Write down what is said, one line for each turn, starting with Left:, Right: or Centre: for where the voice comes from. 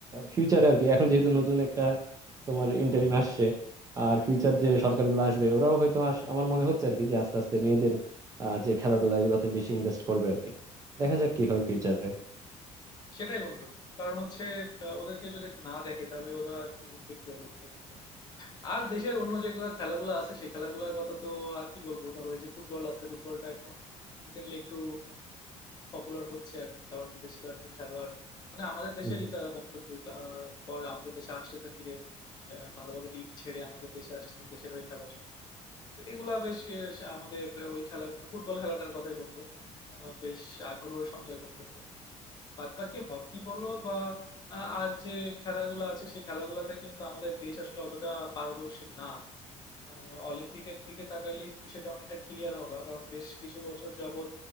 Right: ফিউচারে আর কি এখন যেহেতু নতুন একটা তোমার ইন্টারিম আসছে আর ফিউচার যে সরকারগুলো আসবে ওরাও হয়তো আস- আমার মনে হচ্ছে আর কি যে আস্তে আস্তে মেয়েদের আহ, যে খেলাধুলা এগুলোতে বেশি ইনভেস্ট করবে আর কি দেখা যাক কি হয় ফিউচারে
Left: সেটাই বন্ধু কারণ হচ্ছে আহ, ওদেরকে যদি একটু না দেখে তাহলে ওরা উঠবে কিভাবে উপরের দিকে আর দেশের অন্য যেগুলো খেলাগুলো আছে সেই খেলাগুলোর কথা তো আর কি বলবো ধরো এই যে ফুটবল আছে ফুটবলটা এখন রিসেন্টলি একটু পপুলার হচ্ছে আর কি কারণ বিদেশি কয়েকজন খেলোয়াড় মানে আমাদের দেশেরই
Right: হুম, হুম।
Left: তারা বংশোদ্ভূত আহ, পরে আমাদের দেশে আসতেছে ফিরে আহ, ভালো ভালো লিগ ছেড়ে আমাদের দেশে আসতেছে দেশের হয়ে খেলার জন্য তো এগুলা বেশ আহ, আমাদের ওই খেলা মানে ফুটবল খেলাটার কথাই বলবো আহ, বেশ আগ্রহ সঞ্চয় করতেছে বাদ বাকি হকি বলো বা আহ, আর যে খেলাগুলো আছে সেই খেলাগুলোতে কিন্তু আমাদের দেশ আসলে অতটা পারদর্শী না আহ, অলিম্পিকের দিকে তাকাইলেই তুমি সেটা অনেকটা ক্লিয়ার হবা কারণ বেশ কিছু বছর যাবত